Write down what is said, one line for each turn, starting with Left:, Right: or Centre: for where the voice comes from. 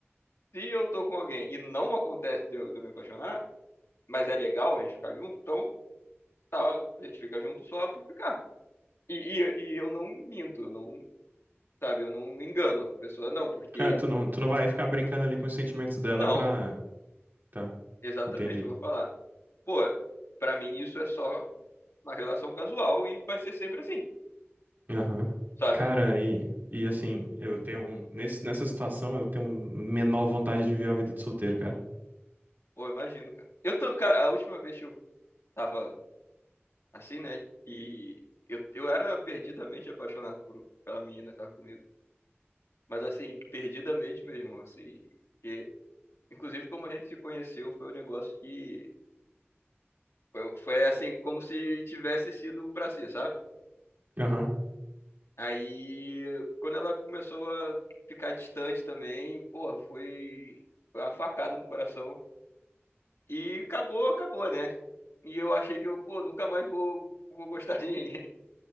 Left: Se eu tô com alguém e não acontece de eu, de eu me apaixonar, mas é legal a gente ficar junto, então tá, a gente fica junto só por ficar. E, e, e eu não minto, eu não, sabe, eu não engano a pessoa, não, porque.
Right: É, tu não, tu não vai ficar brincando ali com os sentimentos dela
Left: Não,
Right: pra. Tá,
Left: exatamente,
Right: entendi.
Left: eu vou falar. Pô, pra mim isso é só uma relação casual e vai ser sempre assim,
Right: Aham.
Left: sabe?
Right: Cara, e, e assim, eu tenho. um- Nesse, nessa situação, eu tenho menor vontade de viver uma vida de solteiro, cara.
Left: Pô, imagino, cara. Eu tô, cara, a última vez que eu tava assim, né, que eu, eu era perdidamente apaixonado por, pela menina que tava comigo. Mas assim, perdidamente mesmo, assim. Que, inclusive, como a gente se conheceu, foi um negócio que. Foi, foi assim, como se tivesse sido pra ser, sabe?
Right: Aham.
Left: Aí, quando ela começou a ficar distante também, porra, foi foi uma facada no coração. E acabou, acabou, né? E eu achei que eu, pô, nunca mais vou, vou gostar de ninguém. <laughs>